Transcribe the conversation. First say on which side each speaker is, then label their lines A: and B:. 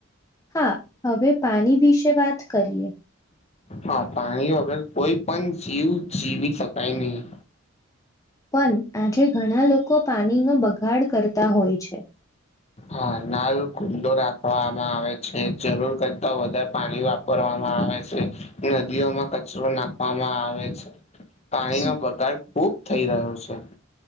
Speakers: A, on the left; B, on the left.
A: હા હવે પાણી વિશે વાત કરીએ
B: હા પાણી વગર કોઈ પણ જીવ જીવી શકાય નહી.
A: પણ આજે ઘણા લોકો પાણીનો બગાડ કરતા હોય છે
B: હા નાલ ખુલ્લો રાખવામાં આવે છે જરૂર કરતા વધારે પાણી વાપરવામાં આવે છે નદીઓમાં કચરો નાખવામાં આવે છે. પાણીનો
A: શું-
B: બગાડ ખૂબ થઈ રહ્યો છે.